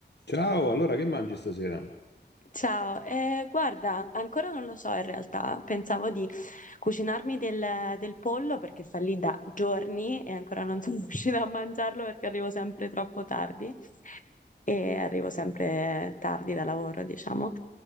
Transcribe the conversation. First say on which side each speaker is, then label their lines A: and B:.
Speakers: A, on the left; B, on the left.
A: Ciao, allora che mangi stasera?
B: Ciao, eh, guarda, ancora non lo so in realtà, pensavo di cucinarmi del, del pollo perché sta lì da giorni e ancora non sono <laughs> riuscita a mangiarlo perché arrivo sempre troppo tardi e arrivo sempre tardi da lavoro, diciamo.